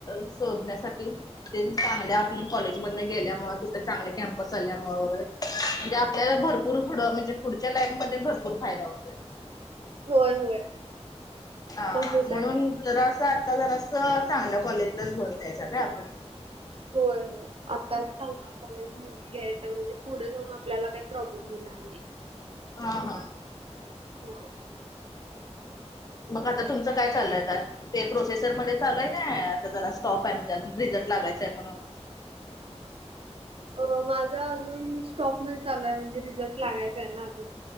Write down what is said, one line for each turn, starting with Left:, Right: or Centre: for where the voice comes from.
Left: शोधण्यासाठी. ते. <inaudible> चांगल्या आपल्या कॉलेज मध गेल्यामुळे तिथं चांगले कॅमपस आल्यामुळे म्हणजे. आपल्याला भरपूर पुढं म्हणजे पुढच्या लाईफमध्येध्ये भरपूर फायदा होत.
Right: होय होय.
Left: हा
Right: तसच
Left: म्हणून
Right: आहे.
Left: जरा असं आता जरा अस चांगल्या कॉलेजलाच भर द्यायचा काय आपण.
Right: होय होय आताच चांगला कॉलेजून घ्यायचा म्हणजे पुढे जाऊन. आपल्याला काही प्रॉब्लेम होणार नाही.
Left: हा हा.
Right: ह <inaudible>
Left: मग आता तुमचं काय चाललंय. ते प्रोसेसरमध्येध्ये चालय आता जरा स्टॉप आहे म्हणजे अजून रिझल्ट लागायचंय म्हणून.
Right: अ माझा अजून स्टॉक म चाललाूय म्हणजे रिझल्ट लागायचा आहे ना अजून.